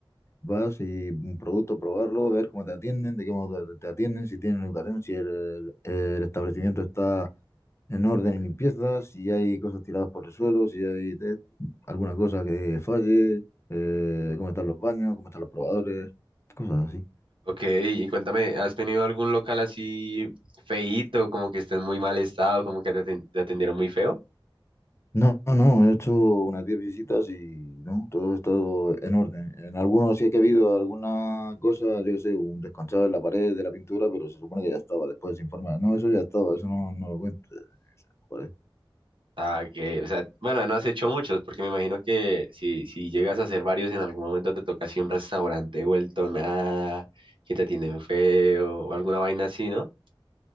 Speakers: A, on the left; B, on the right.
A: vas y un producto, probarlo, ver cómo te atienden, de qué modo te te atienden, si tienen educación, si el el establecimiento está en orden y limpieza, si hay cosas tiradas por el suelo, si hay de- alguna cosa que falle, eh, cómo están los baños, cómo están los probadores, cosas así.
B: ok, y cuéntame, ¿has tenido algún local así feíto, como que esté en muy mal estado, como que te aten- te atendieron muy feo?
A: No, no, no, he hecho unas 10 visitas y no, todo ha estado en orden. En algunos sí que ha habido alguna cosa, yo qué sé, un desconchado en la pared de la pintura, pero se supone que ya estaba después se informa. No, eso ya estaba, eso no, no lo cuento. Joder.
B: Ah, ok, o sea, bueno, no has hecho muchos, porque me imagino que si, si llegas a hacer varios, en algún momento te toca así un restaurante vuelto nada, que te atienden feo, o alguna vaina así, ¿no?